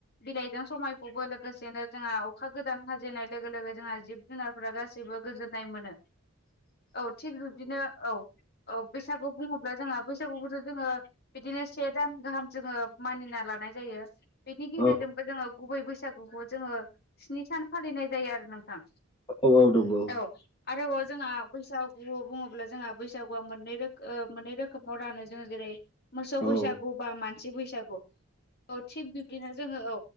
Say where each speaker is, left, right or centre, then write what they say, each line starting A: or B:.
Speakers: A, on the left (about 50°); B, on the left (about 25°).
A: बिलाइजों समायखौबो लोगोसेनो जोंहा अखा गोदान हाजेननाय लोगो लोगो जोंहा जिब जुनारफोरा गाससिबो गोजोननाय मोनो
B: <inaudible> <unintelligible>
A: औ थिग बिब्दिनो औ औ बैसागु बुङोब्ला जोंहा बैसागुखौथ जोङो बिदिनो से दान गाहाम जोङो मानिना लानाय जायो बेनि गेजेरजोंबो
B: औ
A: जोङो गुबै बैसागुखौ जोङो स्नि सान फालिनाय जायो आरो नोंथां
B: औ औ नंगौ
A: औ आरोबाव जोंहा बैसागु बुङोब्ला जोंहा बैसागुआ मोननै मोननै रोखोमाव रानो जोङो जेरै मोसौ
B: औ
A: बैसागु बा मानसि बैसागु औ थिग बिब्दिनो जोङो औ